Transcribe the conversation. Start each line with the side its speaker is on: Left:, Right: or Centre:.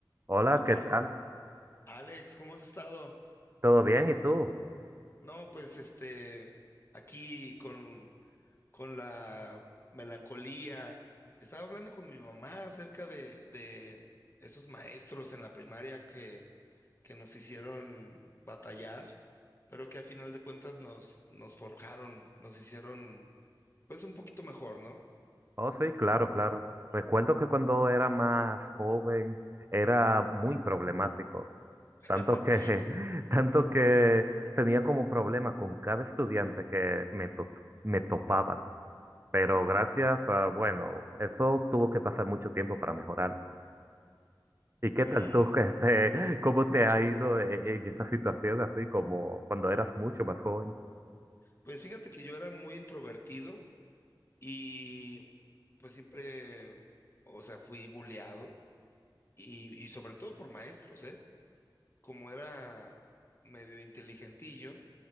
Right: Hola,
Left: ¿Qué tal?
Right: ¿qué tal?
Left: Alex, ¿cómo has estado?
Right: ¿Todo bien? ¿Y tú?
Left: No, pues este, aquí con, con la melancolía. Estaba hablando con mi mamá acerca de, de esos maestros en la primaria que, que nos hicieron batallar, pero que a final de cuentas nos, nos forjaron, nos hicieron pues un poquito mejor, ¿no?
Right: Oh, sí, claro, claro. Recuerdo que cuando era más joven era muy problemático, tanto
Left: <laughs>
Right: que,
Left: Sí.
Right: <laughs> tanto que tenía como problema con cada estudiante que me, to- me topaba. Pero gracias a, bueno, eso tuvo que pasar mucho tiempo para mejorar. ¿Y qué
Left: Mm,
Right: tal tú? <laughs> ¿Qué te- cómo te ha ido e- en esa situación así como cuando eras mucho más joven?
Left: pues fíjate que yo era muy introvertido y pues siempre, o sea, fui bulleado Y, y sobre todo por maestros, ¿eh? Como era medio inteligentillo,